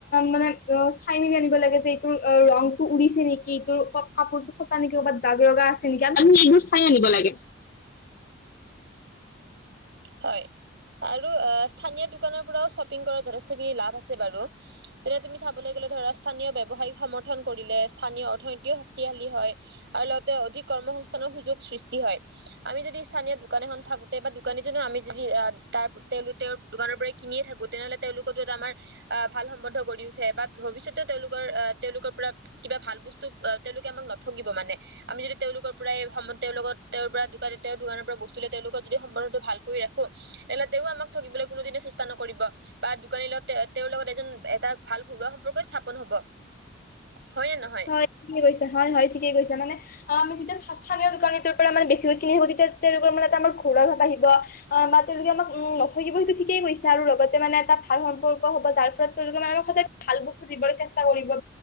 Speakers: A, on the left; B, on the right.
A: মানে চাই মেলি আনিব লাগে যে তোৰ ৰঙটো উৰিছে নেকি, তোৰ কাপোৰটো ফটা নেকি, ক'ৰবাত দাগ লগা আছে নেকি এইবোৰ আমি চাই আনিব লাগে।
B: হয় আৰু স্থানীয় দোকানৰ পৰাও শ্বপিং কৰাত যথেষ্টখিনি লাভ আছে বাৰু। এতিয়া তুমি চাবলৈ গ'লে ধৰা স্থানীয় ব্যৱসায়ক সমৰ্থন কৰিলে স্থানীয় অৰ্থনীতিও শক্তিশালী হয়। আৰু লগতে অধিক কৰ্মসস্থানৰ সুযোগ সৃষ্টি হয় আমি যদি স্থানীয় দোকান এখন থাকোতে বা দোকানী <unintelligible> আমি যদি আহ তাৰ তেওঁলোক, তেওঁৰ দোকানৰ পৰাই কিনিয়ে থাকো তেনেহ'লে তেওঁলোকৰতো এটা আমাৰ আহ, ভাল সম্বন্ধ গঢ়ি উঠি উঠে বা ভৱিষ্যতে তেওঁলোকৰ আহ, তেওঁলোকৰ পৰা কিবা ভাল বস্তু তেওঁলোকে আমাক নথগিব মানে। আমি যদি তেওঁলোকৰ পৰা তেওঁৰ লগত তেওঁৰ পৰা দোকানে তেওঁৰ দোকানৰ পৰা বস্তু লওঁ, তেওঁলোকৰ যদি সম্বন্ধটো ভাল কৰি ৰাখো তেনেহ'লে তেওঁ আমাক ঠগিবলৈ কোনোদিনে চেষ্টা নকৰিব। বা দোকানী লগত তেওঁৰ লগত এজন এটা ভাল ঘৰুৱা সম্পৰ্কই স্থাপন হ'ব। হয় নে নহয়?
A: হয় ঠিকে কৈছা, হয় হয়, ঠিকেই কৈছা। মানে অ' আমি যেতিয়া স্থানীয় দোকানীটোৰ পৰা মানে বেছিকে <unintelligible> তেতিয়া তেওঁলোকৰ মানে আমাৰ এটা ঘৰুৱা ভাব আহিব। অ' বা তেওঁলোকে আমাক উম নথগিব সেইটো ঠিকেই কৈছা আৰু লগতে মানে এটা ভাল সম্পৰ্ক হ'ব যাৰ ফলত তেওঁলোকে মানে আমাক সদায় ভাল বস্তু দিবলৈ চেষ্টা কৰিব বা